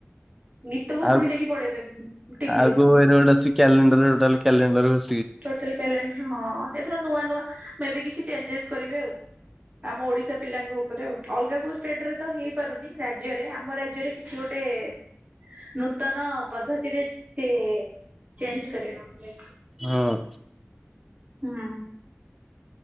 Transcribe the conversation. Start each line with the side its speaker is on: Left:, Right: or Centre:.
Right: ଗୀତକୁ
Centre: ଆଉ
Right: ଶୁଣି ଦେଇକି ପଳେଇବେ ଟିଭିରୁ
Centre: ଆଉ କଉ ହେଇଟି ଗୋଟେ ଅଛି କ୍ୟାଲେଣ୍ଡରୋଟା କ୍ୟାଲେଣ୍ଡର ଅ
Right: ଟୋଟାଲି କ୍ୟାଲେଣ୍ଡର ହଁ ଏଥର ନୂଆ ନୂଆ ମେ ବି କିଛି ଚେଞ୍ଜେସ୍ କରିବେ ଆଉ। ଆମ ଓଡିଶା ପିଲାଙ୍କ ଉପରେ ଆଉ ଅଲଗା କୋଉ ଷ୍ଟେଟ ରେ ତ ହେଇପାରୁନି ରାଜ୍ୟରେ ଆମ ରାଜ୍ୟରେ କିଛି ଗୋଟେ ଟେ ନୂତନ ପଦ୍ଧତିରେ ସେ ଚେଞ୍ଜ କରିବେ।
Centre: ହଁ।
Right: ହୁଁ।